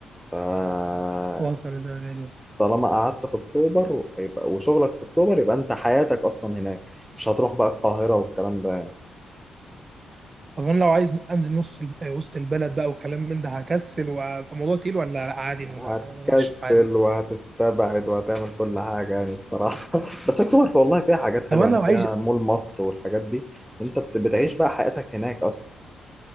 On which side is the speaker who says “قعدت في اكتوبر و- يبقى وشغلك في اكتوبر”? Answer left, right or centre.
Centre